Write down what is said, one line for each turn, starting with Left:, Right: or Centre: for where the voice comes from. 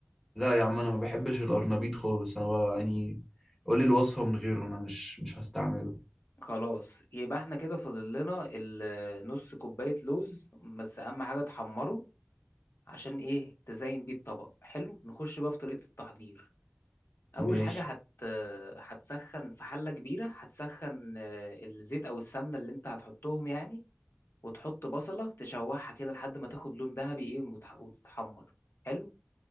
Centre: لا يا عم انا ما بحبش القرنبيط خالص انا بقى يعني قول لي الوصفة من غيره انا مش مش هستعمله
Left: خلاص يبقى احنا كده فاضل لنا ال- نص كوباية لوز بس اهم حاجة تحمره عشان ايه تزين بيه الطبق حلو نخش بقى في طريقة التحضير اول
Centre: ماشي
Left: حاجه هت هتسخن في حله كبيره هتسخن آه، الزيت او السمنه اللي انت هتحطهم يعني وتحط بصله تشوحها كده لحد ما تاخد لون ذهبي ايه ومتح- وتتحمر حلو